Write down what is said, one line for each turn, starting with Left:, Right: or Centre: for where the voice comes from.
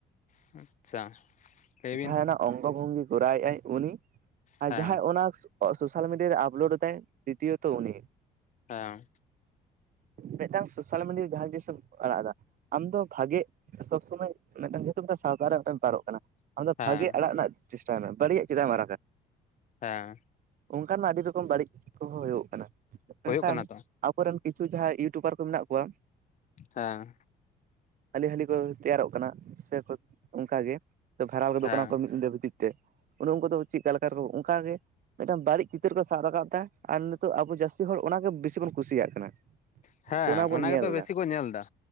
Left: ᱦᱸ ᱟᱪᱷᱟ ᱞᱟᱹᱭᱵᱤᱱ᱾
Right: ᱡᱟᱦᱟᱸᱭ ᱚᱱᱟ ᱚᱝᱜᱚ ᱵᱷᱚᱝᱜᱤ ᱠᱚᱨᱟᱣ ᱮ ᱟᱭ ᱩᱱᱤ ᱟᱨ
Left: ᱦᱮᱸ
Right: ᱡᱟᱦᱟᱸᱭ ᱚᱱᱟᱠᱥ <inaudible> ᱥᱳᱥᱟᱞ ᱢᱤᱰᱤᱭᱟ ᱨᱮ ᱟᱯᱞᱳᱰ ᱫᱟᱭ ᱛᱤᱛᱤᱭᱚᱛᱚ ᱩᱱᱤ᱾
Left: ᱦᱮᱸ
Right: ᱢᱤᱫᱴᱟᱝ ᱥᱳᱥᱟᱞ ᱢᱤᱰᱤᱭᱟ ᱨᱮ ᱡᱟᱦᱟᱸ ᱡᱤᱱᱤᱥᱮ ᱮᱢ ᱟᱲᱟᱜ ᱫᱟ, ᱟᱢᱫᱚ ᱵᱷᱟᱜᱮ ᱥᱚᱵ ᱥᱚᱢᱚᱭ ᱢᱤᱫᱴᱟᱝ ᱡᱮᱦᱮᱛᱩ ᱢᱤᱫᱴᱟᱝ ᱥᱟᱶᱛᱟ ᱨᱮᱴᱟᱝ ᱯᱟᱨᱚᱜ ᱠᱟᱱᱟ᱾ ᱟᱢᱫᱚ
Left: ᱦᱮᱸ
Right: ᱵᱷᱟᱜᱤ ᱟᱲᱟᱜ ᱨᱮᱱᱟᱜ ᱪᱮᱥᱴᱟᱭ ᱢᱮ ᱵᱟᱹᱲᱤᱡ ᱪᱮᱫᱟᱜ ᱮᱢ ᱟᱲᱟᱜᱟ?
Left: ᱦᱮᱸᱻ
Right: ᱚᱱᱠᱟ ᱢᱟ ᱟᱹᱰᱤ ᱨᱚᱠᱚᱢ ᱵᱟᱹᱲᱤᱡ ᱠᱚᱦᱚᱸ ᱦᱩᱭᱩᱜ ᱠᱟᱱᱟ, ᱢᱮᱱᱠᱷᱟᱱ
Left: ᱦᱩᱭᱩᱜ ᱠᱟᱱᱟ ᱛᱚ
Right: ᱟᱵᱚᱨᱮᱱ ᱠᱤᱪᱷᱩ ᱡᱟᱦᱟᱸᱭ ᱤᱭᱩᱴᱩᱵᱟᱨ ᱠᱚ ᱢᱮᱱᱟᱜ ᱠᱚᱣᱟ
Left: ᱦᱮᱸ
Right: ᱦᱟᱹᱞᱤ ᱦᱟᱹᱞᱤ ᱠᱚ ᱛᱮᱭᱟᱨᱚᱜ ᱠᱟᱱᱟ ᱥᱮ ᱠᱚ ᱚᱱᱠᱟ ᱜᱮ ᱵᱷᱮᱟᱨᱟᱞ ᱜᱚᱫᱚᱜ
Left: ᱦᱮᱸ
Right: ᱠᱟᱱᱟ ᱠᱚ ᱢᱤᱫ ᱧᱤᱫᱟᱹ ᱵᱷᱤᱛᱤᱨ ᱛᱮ ᱚᱱᱮ ᱩᱱᱠᱩ ᱫᱚ ᱪᱮᱫ ᱞᱮᱠᱟᱠᱚ ᱚᱱᱠᱟ ᱜᱮ ᱢᱤᱫᱴᱟᱝ ᱵᱟᱹᱲᱤᱡ ᱪᱤᱛᱟᱹᱨ ᱠᱚ ᱥᱟᱵ ᱨᱟᱠᱟᱵ ᱮᱫᱟ ᱟᱨ ᱱᱤᱛᱚᱜ ᱟᱵᱚ ᱡᱟᱹᱥᱛᱤ ᱦᱚᱲ ᱚᱱᱟᱜᱮ ᱵᱮᱥᱤ ᱵᱚᱱ ᱠᱩᱥᱤᱭᱟᱜ ᱠᱟᱱᱟ
Left: ᱦᱮᱸ
Right: ᱥᱮ ᱚᱱᱟ ᱵᱚᱱ ᱧᱮᱞ
Left: ᱜᱮᱛᱚ ᱵᱮᱥᱤ
Right: ᱮᱫᱟ
Left: ᱠᱚ ᱧᱮᱞ ᱮᱫᱟ